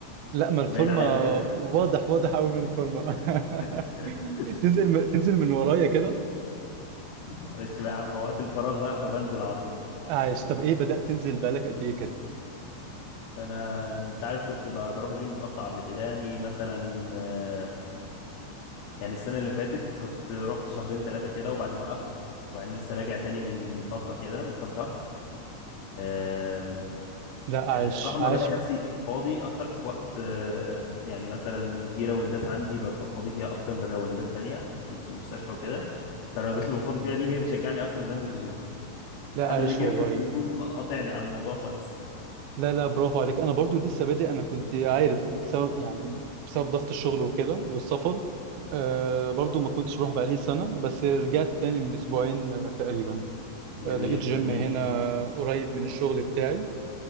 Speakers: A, on the right; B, on the left.
A: لا ما الفورمه
B: باين عليا قوي كده
A: واضح واضح قوي من
B: <laughs>
A: الفورمه <laughs> تنزل تنزل من ورايا كده
B: معلش بقى يا عم وقت الفراغ بقى فبنزل على طول
A: عايش طب ايه بدأت تنزل بقالك قد ايه كده
B: انا انت عارف كنت ب- بروح جيم متقطع قبل كده يعني مثلا آه، يعني السنه اللي فاتت كنت رحت شهرين ثلاثه كده وبعدين وقفت وبعدين لسه راجع تاني من فتره كده من كام شهر آه،
A: لا عايش
B: الصراحة ما
A: عايش
B: بلاقي نفسي
A: ب...
B: فاضي أكتر في وقت آه، يعني مثلا في راوندات عندي ببقى فاضي فيها أكتر من راوندات تانية في ال- في المستشفى وكده فالراوندات اللي ببقى فاضي فيها دي هي بتشجعني أكتر من أنزل الجيم
A: لا
B: لحد
A: عايش
B: ما يجي
A: والله
B: راجل يقوم قاطعني على الموضوع خالص
A: لا لا برافو عليك انا برضو لسه بادئ انا كنت عارف بسبب يعني بسبب ضغط الشغل وكده والسفر آه برضو ما كنتش بروح بقالي سنة بس رجعت تاني من اسبوعين آه، تقريبا
B: جميل
A: آه لقيت جيم
B: جميل
A: هنا قريب من الشغل بتاعي